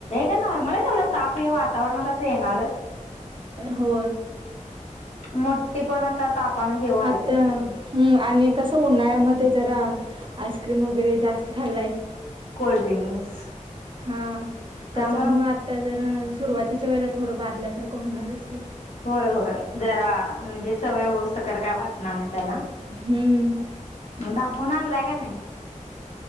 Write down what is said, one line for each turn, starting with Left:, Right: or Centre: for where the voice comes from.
Left: का नॉर्मल आहे एवढा ताप हे वातावरणात असं येणारच
Right: हो
Left: मोठी पण आता हे व्हायल्यात
Right: आता
Left: नाही सगळं
Right: हम् आणि कसं उन्हाळ्यामध्ये जरा आईक्रीम वगैरे जास्त खाल्लाय
Left: कोल्ड्रिंक्स
Right: हा
Left: त्यामुळे
Right: त्याच्यामुळ आता जर सुरुवातीच्या वेळे थोडं बादल्यासारखं होणार असते.
Left: होय होय जरा म्हणजे सवय होस तर काय वाटणार नाही त्याला
Right: हम्म.
Left: मग दाखवून आणलाय का नाही.